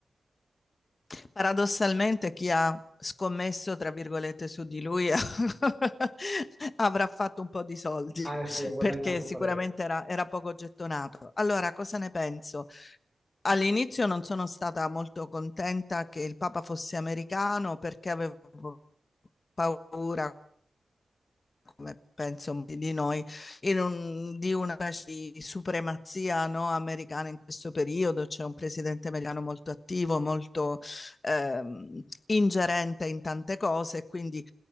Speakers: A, on the left; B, in the centre.
A: Paradossalmente chi ha scommesso, tra virgolette, su di lui <laughs> avrà fatto un po' di soldi
B: Ah, sì, ha guadagnato
A: perché sicuramente
B: parecchio.
A: era, era poco gettonato. Allora, cosa ne penso? All'inizio non sono stata molto contenta che il Papa fosse americano perché avevo paura come penso molti di noi, in un- di una specie di supremazia, no, americana in questo periodo. C'è un presidente americano molto attivo, molto ehm, ingerente in tante cose, e quindi